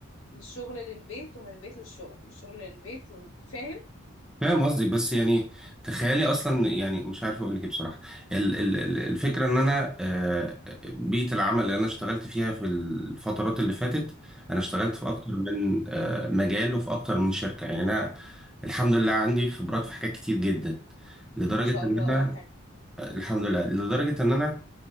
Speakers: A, on the left; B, in the centre.
A: من الشغل للبيت ومن البيت للشغل من الشغل للبيت وفاهم
B: فاهم قصدك بس يعني تخيلي اصلا يعني مش عارف اقول لك ايه بصراحه ال- ال- ال- الفكره ان انا آه، بيئه العمل اللي انا اشتغلت فيها في الفترات اللي فاتت انا اشتغلت في اكتر من آه، مجال وفي اكتر من شركه يعني انا الحمد لله عندي خبرات في حاجات كتير جدا لدرجه
A: ما شاء
B: ان
A: الله
B: انا
A: اه حلو
B: الحمد لله لدرجه ان انا